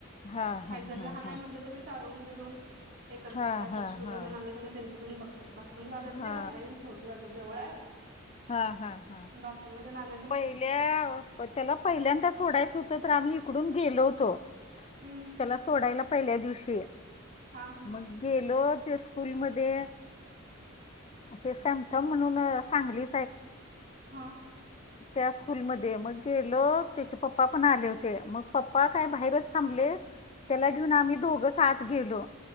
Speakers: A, on the left; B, on the right.
A: हा हा
B: हाय जर
A: हा
B: लहान
A: हा
B: आहे म्हटलं तर बी चारवून बिरवून हे करत्यात.
A: हा
B: काय
A: हा
B: तर शू
A: हा
B: ला तेन आलं कणी त्यांचं तेनी बघत्यात. बाथरूमला आलं
A: हा
B: कणी घरला येऊन सोडून जा जवळ आहे.
A: हा हा हा.
B: बाथरूमला तेन आल
A: पहिल्या त्याला पहिल्यांदा सोडायचं होतं तर आम्ही हिकडून गेलो होतो.
B: हम्म.
A: त्याला सोडायला पहिल्या दिवशी
B: हा हा
A: मग गेलो ते स्कूल मध्ये ते समथम म्हणून सांगली
B: हा.
A: त्याच्या स्कूलमध्ये मग गेलो, त्याचे पप्पा पण आले होते मग पप्पा काय बाहेरच थांबले त्याला घेऊन आम्ही दोघच आत गेलो.